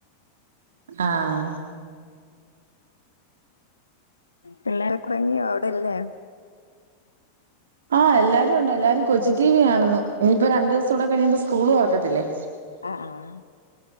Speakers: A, on the right; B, on the left.
A: ആഹ്
B: പിള്ളേരൊക്കെ ഒറങ്ങിയോ അവിടെല്ലേ
A: ആഹ് എല്ലാരുണ്ട് എല്ലാരും കൊച്ചി ടി വി കാണുന്നു ഇനിയിപ്പോ രണ്ട് ദിവസകൂടെ കഴിയുമ്പ സ്കൂൾ തൊറക്കത്തില്ലേ.
B: ആഹ് ആഹ്